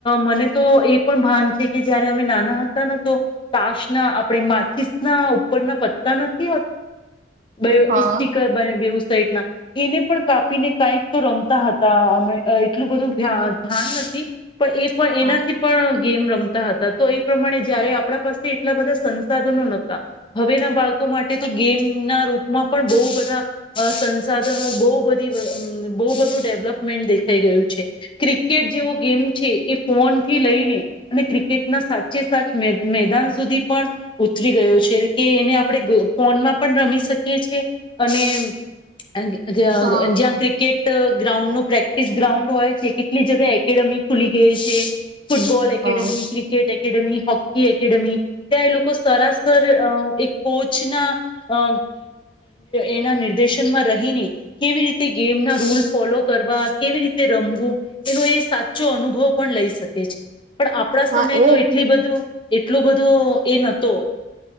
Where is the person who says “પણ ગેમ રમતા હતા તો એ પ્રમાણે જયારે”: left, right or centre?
Left